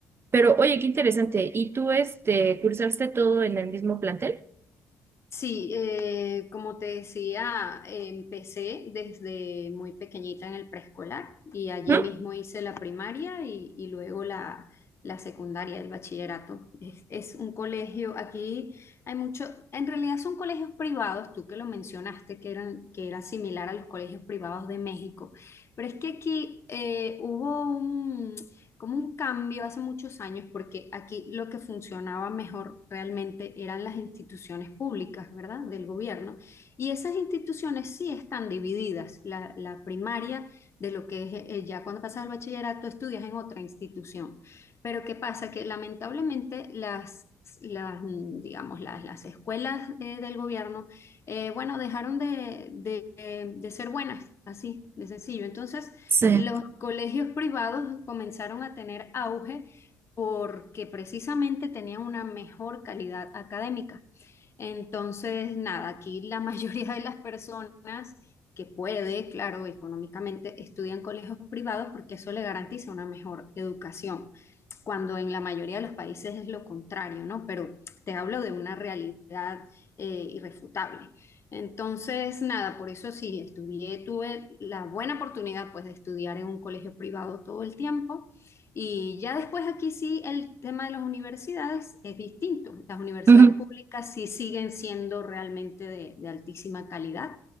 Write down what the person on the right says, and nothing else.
pero oye, qué interesante. ¿Y tú este, cursaste todo en el mismo plantel?
¿Mm?
Sí.
Ujú,